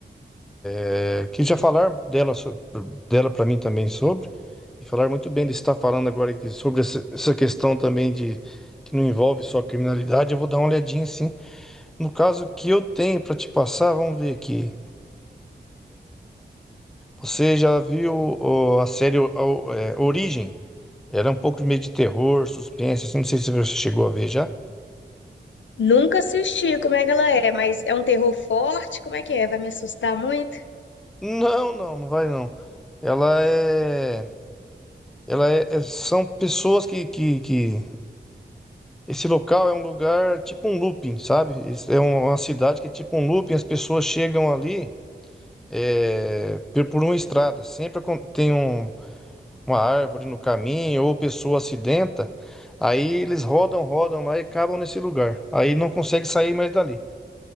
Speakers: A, in the centre; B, on the left (about 85°).
A: é, que já falar dela, so- dela para mim também sobre, e falar muito bem de estar falando agora aqui sobre essa, essa questão também de que não envolve só criminalidade, eu vou dar uma olhadinha sim. No caso que eu tenho para te passar, vamos ver aqui. Você já viu ó, a série ó, ó, é, Origem? Era um pouco de meio de terror, suspense, assim, não sei se você chegou a ver já.
B: Nunca assisti, como é que ela é? Mas é um terror forte? Como é que é? Vai me assustar muito?
A: Não, não, não vai não. Ela é, ela é, é- são pessoas que, que, que Esse local é um lugar tipo um looping, sabe? Esse É um- uma cidade que é tipo um looping, as pessoas chegam ali é, pe- por uma estrada. Sempre acon- tem um- uma árvore no caminho ou pessoa acidenta. Aí eles rodam, rodam lá e acabam nesse lugar. Aí não consegue sair mais dali.